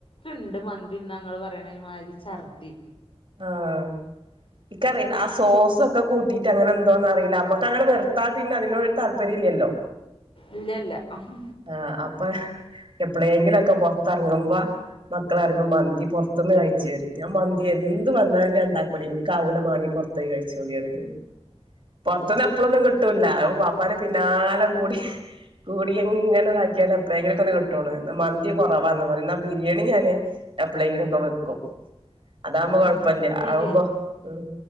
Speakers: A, on the left (about 55°); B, on the right (about 50°).
A: ഇണ്ട് മ- ന്തി തിന്ന ഇങ്ങള് പറയണ മാതിരി ഛർദി.
B: ആഹ് ഇൻക്കറിയില്ല ആ സോസൊക്കെ കൂട്ടിയിട്ടങ്ങനെന്തോ എന്നറിയില്ല നമ്മക്കങ്ങനെ വെർത്താ പിന്നെ അതിനോട് താല്പര്യല്ലല്ലോ.
A: ഇല്ല ഇല്ല. അഹ്
B: ആഹ്, അപ്പൊ എപ്പളേങ്കിലൊക്കെ പുറത്തെറങ്ങുമ്പ മക്കള് പറയുമ്പ മന്തി പൊറത്ത്ന്ന് കഴിച്ച് വരും. ഞാൻ മന്തി എന്ത് വന്നാലു അ ഇണ്ടാക്കൂല, ഇൻക്കാവൂല മാണീ പൊറത്ത്പോയി കഴിച്ചോളി പറയും. പൊറത്ത്ന്ന് എപ്പളൊന്നും കിട്ടൂല്ല. അഹ് വാ പ്പാന്റെ പിന്നാലെ കൂടി കൂടിയെങ്ങനെ ഇതാക്കിയാലും എപ്പളെങ്കിലൊക്കൊന്ന് കിട്ടൊള്ളു. ഇന്ന മന്തി കൊറവാന്ന് പറയും. ഇന്നാ ബിരിയാണി ഞാന് എപ്പളേങ്കിലൊക്കെ വെക്കും. അതാവുമ്പോ
A: ആ ബിരി
B: ആവുമ്പ, ഉം